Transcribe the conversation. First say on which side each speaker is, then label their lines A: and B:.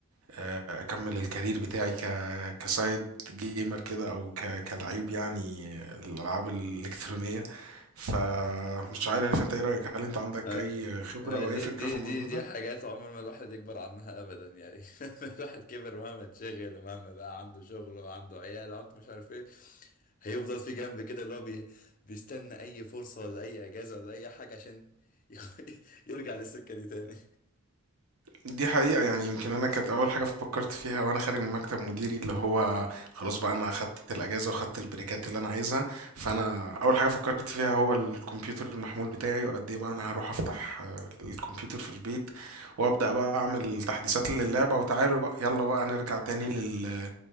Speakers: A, on the right (about 80°); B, on the left (about 40°).
A: آه، اكمل الكارير بتاعي ك كسايد جيمر كده او ك كلعيب يعني آه، الالعاب الالكترونية فمش عارف انت ايه رأيك هل انت عندك
B: <laughs> آه،
A: اي خبرة
B: آه،
A: او
B: دي
A: اي فكرة
B: دي
A: في الموضوع
B: دي دي
A: ده
B: حاجات عمر ما الواحد يكبر عنها ابدا يعني <laughs> الواحد كبر مهما اتشغل ومهما بقى عنده شغل وعنده عيال وعنده مش عارف ايه هيفضل في جنب كده اللي هو بي بيستنى اي فرصة ولا اي اجازة ولا اي حاجة عشان ي- <laughs> يرجع للسكة دي تاني
A: دي حقيقة يعني يمكن أنا كانت أول حاجة فكرت فيها وأنا خارج من مكتب مديري اللي هو خلاص بقى أنا أخدت الأجازة وأخدت البريكات اللي أنا عايزها فأنا أول حاجة فكرت فيها هو الكمبيوتر المحمول بتاعي وقد إيه بقى أنا هروح أفتح آه، الكمبيوتر في البيت وأبدأ بقى أعمل تحديثات للعبة وتعالوا بقى يلا بقى نرجع تاني
B: <laughs>
A: لل...